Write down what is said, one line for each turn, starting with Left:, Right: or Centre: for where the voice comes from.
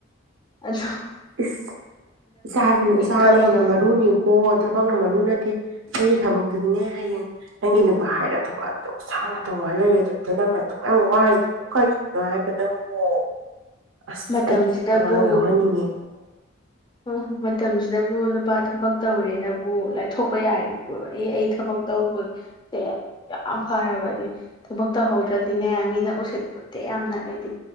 Left: <unintelligible>
Right: ꯏꯁ ꯏꯁꯥ ꯏꯁꯥꯅ
Left: ꯊꯕꯛ
Right: ꯍꯦꯟꯅ ꯃꯔꯨꯅꯤꯀꯣ ꯊꯕꯛꯅ ꯃꯔꯨ ꯑꯗꯨ ꯅꯠꯇꯦ ꯅꯪꯒꯤ ꯊꯕꯛꯇꯨꯗꯤꯅꯦ ꯍꯌꯦꯡ ꯅꯪꯒꯤ ꯅꯨꯄꯥ ꯍꯥꯏꯔ ꯊꯕꯛ ꯑꯗꯨ ꯁꯥꯡꯅ ꯇꯧꯔꯒ ꯂꯩꯔꯦ ꯗꯨꯝꯇ ꯅꯪꯅ ꯑꯗꯨꯛ ꯌꯥꯝ ꯋꯥꯔꯤꯗꯨꯕꯨ ꯀꯔꯤꯒꯤꯅꯣ ꯍꯥꯏꯕ ꯅꯪꯕꯨ ꯑꯁ
Left: ꯃꯇꯝꯁꯤꯗꯕꯨ
Right: ꯑꯩ ꯑꯉꯥꯡ ꯌꯥꯎꯍꯟꯅꯤꯡꯉꯦ
Left: ꯑꯣ ꯃꯇꯝꯁꯤꯗꯕꯨ ꯅꯨꯄꯥ ꯊꯕꯛ ꯇꯧꯔꯦꯅꯕꯨ ꯂꯥꯏꯊꯣꯛꯄ ꯌꯥꯔꯤꯕꯣ ꯑꯩ ꯑꯩ ꯊꯕꯛ ꯇꯧꯕꯁꯦ ꯌꯥꯝ ꯐꯔꯕꯗꯤ ꯊꯕꯛ ꯇꯧꯍꯧꯗ꯭ꯔꯗꯤꯅꯦ ꯃꯤꯅ ꯎꯁꯤꯠꯄꯣꯠꯇꯦ ꯌꯥꯝꯅ ꯑꯩꯗꯤ